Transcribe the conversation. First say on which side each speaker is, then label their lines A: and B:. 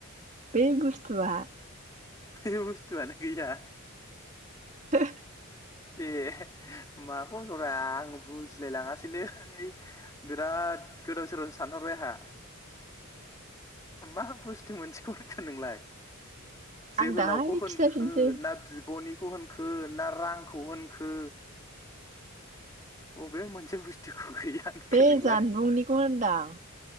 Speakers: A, on the right (about 35°); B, on the left (about 15°).
A: बे बुस्थुआ
B: बे बुस्थुआानो गैया।
A: हो
B: ए माखौ होनोरा आं बुजिलाय लाङासैलै बिराद गोदाव सोरावसो सानहरबाय आंहा मा बुस्थु मोनसेखौ होनखो नोंलाय? जोहोलावखौ
A: आं दाहाय
B: होनखो
A: खिथाफिनसै
B: ना बिब'नि खु होनखो ना रांखौ होनखो अबे मोनसे बुस्थुखौ गैया। होनखो
A: बे
B: नोंलाय
A: जानबुंनिखौ होनदां